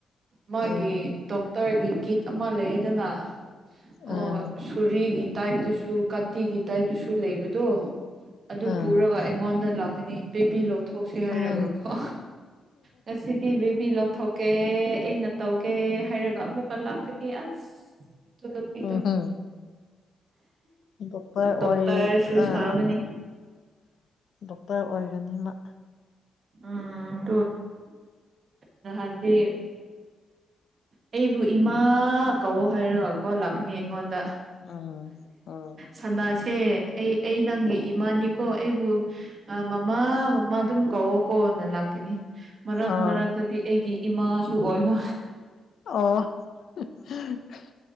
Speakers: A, on the right; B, on the left.
A: ꯃꯥꯒꯤ
B: ꯑꯥ
A: ꯇꯔꯒꯤ ꯀꯤꯠ ꯑꯃ ꯂꯩꯗꯅ
B: ꯑꯥ
A: ꯑꯣ ꯁꯣꯔꯤꯒꯤ ꯇꯥꯏꯞꯇꯁꯨ ꯀꯥꯇꯤꯒꯤ ꯇꯥꯏꯞꯇꯁꯨ ꯂꯩꯕꯗꯣ ꯑꯗꯨ
B: ꯑꯥ
A: ꯄꯨꯔꯒ ꯑꯩꯉꯣꯟꯗ ꯂꯥꯛꯀꯅꯤ ꯕꯦꯕꯤ ꯂꯧ ꯂꯧꯊꯣꯛꯁ ꯍꯥꯏꯔꯒꯀꯣ
B: ꯑꯥ
A: ꯉꯁꯤꯗꯤ ꯕꯦꯕꯤ ꯂꯧꯣꯊꯣꯛ ꯀꯦ ꯑꯩꯅ ꯇꯧꯒꯦ ꯍꯥꯏꯔꯒ ꯑꯃꯨꯛꯀ ꯂꯥꯛꯀꯅꯤ ꯑꯁ ꯂꯄꯤꯤꯗ
B: ꯎꯝꯍꯨꯝ ꯗꯣꯛꯇꯔ
A: ꯗꯣꯛꯇꯔꯁꯨ
B: ꯑꯣꯏ ꯑꯥ
A: ꯁꯔꯕꯤꯅꯤ
B: ꯗꯣꯛꯇꯔ ꯑꯣꯏꯔꯅꯤꯅ
A: ꯎꯝ ꯅꯍꯥꯟꯗꯤ ꯑꯩꯕꯨ ꯏꯃꯥ ꯀꯧ ꯍꯥꯏꯔꯒꯀꯣ ꯂꯥꯛꯀꯅꯤ ꯑꯩꯉꯣꯟꯗ
B: ꯎꯝ ꯎꯝ
A: ꯁꯟꯅꯥꯁꯦ ꯑꯩ ꯑꯩ ꯅꯪꯒꯤ ꯏꯃꯥꯅꯤꯀꯣ ꯑꯩꯕꯨ ꯑ ꯃꯃꯥ ꯃꯃꯥ ꯑꯗꯨꯝ ꯀꯧꯑꯣ ꯀꯣꯅ ꯂꯥꯛꯈꯤꯅꯤ ꯃꯔꯛ
B: ꯑꯥ
A: ꯃꯔꯛꯇꯗꯤ ꯑꯩꯒꯤ ꯏꯃꯥꯁꯨ ꯑꯣꯏꯕ
B: ꯑꯣ <unintelligible>